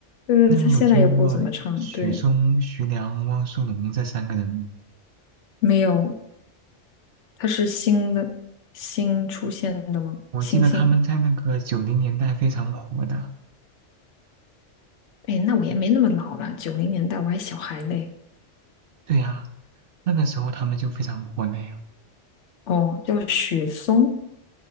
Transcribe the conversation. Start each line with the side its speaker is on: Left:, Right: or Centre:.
Left: 就是他现在也不怎么唱，
Right: 那你有听过许嵩、
Left: 对，
Right: 徐良、汪苏泷这三个人吗？
Left: 没有，他是新的，新出现的吗？
Right: 我记得他们在那个九零年代非常火的，
Left: 新星。哎，那我也没那么老了，九零年代我还小孩嘞。
Right: 对呀、那个时候他们就非常火了呀。
Left: 哦，叫许嵩，